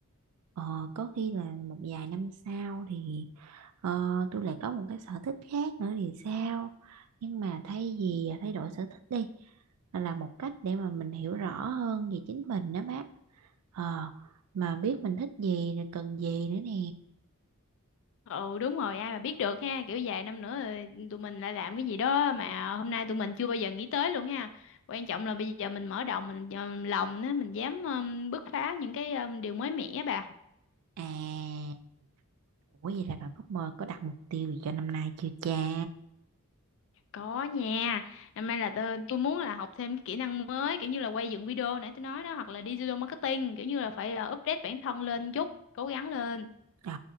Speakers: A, on the right; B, on the left.
A: Ờ có khi là một vài năm sau thì ờ, tôi lại có một cái sở thích khác nữa thì sao? Nhưng mà thay vì thay đổi sở thích đi là một cách để mà mình hiểu rõ hơn về chính mình đó má. Ờ, mà biết mình thích gì rồi cần gì nữa nè.
B: ừ đúng rồi ai mà biết được ha kiểu vài năm nữa rồi tụi mình lại làm cái gì đó mà hôm nay tụi mình chưa bao giờ nghĩ tới luôn ha quan trọng là bây giờ mình mở đầu mình ờ, lòng á mình dám ờ, bứt phá những cái ờ, điều mới mẻ bà
A: À, ủa vậy là bạn có mơ có đặt mục tiêu gì cho năm nay chưa cha?
B: Có nha. Năm nay là tôi, tôi muốn là học thêm cái kỹ năng mới kiểu như là quay dựng video nãy tôi nói đó hoặc là digital marketing kiểu như là phải ờ, update bản thân lên chút, cố gắng lên.
A: Ờ,